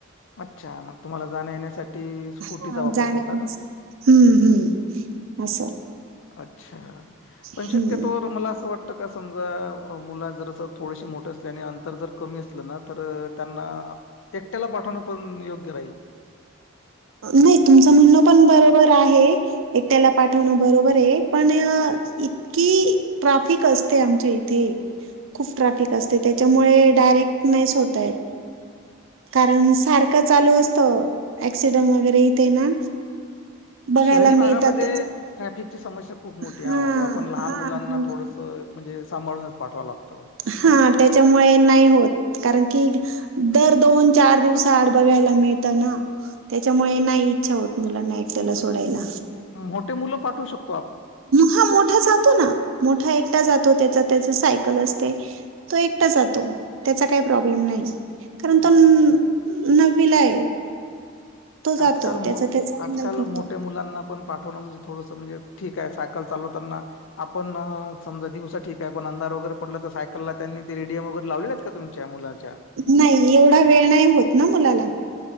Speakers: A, on the left (about 60°); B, on the right (about 65°).
A: अच्छा, मग तुम्हाला जाण्या येण्यासाठी, स्कुटीचा
B: हा,
A: वापर
B: जाण्या
A: करता का?
B: हम्म हम्म. असं.
A: अच्छा. पण
B: हम्म
A: शक्यतो मला असं वाट त. समजा मुला जरर थोडेसे मोठे असले. आणि अंतर जर कमी असलं ना, तर त्यांना एकट्याला पाठवणं पण योग्य राहील.
B: नाही, तुमचं म्हणणं पण बरोबर आहे. एकट्याला पाठवणं बरोबरे. पण इतकी ट्राफिक असते आमच्या इथे. खूप ट्राफिक असते. त्याच्यामुळे डायरेक्ट नाही सोडता येत. कारण सारखं चालू असतं. ऍक्सिडेंट वगैरे यथे ना, बघायला
A: शहरी भागामध्ये
B: मिळतात त्याचे
A: ट्रॅफिकची समस्या खूप मोठी
B: हां,
A: आहे. आपण लहान
B: हां,
A: मुलांना
B: हो.
A: थोडसं म्हणजे सांभाळूनंच पाठवावं लागतं
B: हां त्यांच्यामुळे नाहीं होतं कारणं की. दरं दोन चार दिवसं आंड बघायंला मिळतं नां. त्यांच्यामुळे नाहीं इच्छा होतं मुलांना एकट्यांला सोडायंला.
A: मोठे मुलं पाठवूं शकतं
B: हां मोठा जातो नां मोठा एकटां जातो त्यांचा त्यांचं सायकल असते नां तो एकटां जातो त्यांचा कांहीं प्रॉब्लेम नाहीं. कारणं
A: हां.
B: तो नवीला आहे. तो जातो.
A: आंजकाल
B: त्याचा
A: मो
B: त्याचा
A: आंजकाल
B: हँडल करतो.
A: मोठ्यां मुलांना पणं. पाठवंण म्हणजे थोडंसं म्हणजे ठीक आहे सायकल चालवतांना. आपणं समजां दिवसां ठीक आहे पणं अंधार वगैरें. पडलं तरं सायकललां त्यांनी ते रेडियम वगैरें लावलेत कां तुमच्यां मुलांच्या
B: नाहीं एवढां वेळं नाहीं होतं नां मुलांला